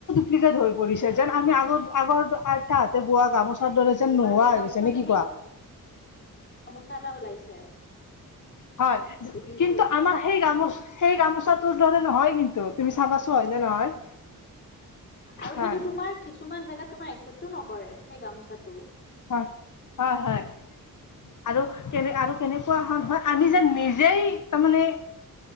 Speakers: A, on the left; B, on the left.
A: কিট হৈ পৰিছে যেন আমি আগত আগৰ আইতাহঁতে বোৱা গামোচা দৰে যেন
B: বোৱা
A: নোহোৱা
B: সেই
A: হৈ
B: গামোচাটো
A: গৈছে নে কি কোৱা?
B: ঠা ওলাইছ-
A: হয়
B: দেখিছো
A: কিন্তু আমাৰ সেই গামোচা সেই গামোচাত। তোৰ দৰে নহয় কিন্তু তুমি চাবাছো হয় নে নহয়।
B: আৰু সেইটো
A: হয়
B: তোমাৰ কিছুমান জেগাত তোমাৰ একচেপ্টটো নকৰে সেই গামোচাটো।
A: হয় হয় হয়। আৰু কেনে আৰু কেনেকুৱা হন হয় আমি যে নিজেই তাৰমানে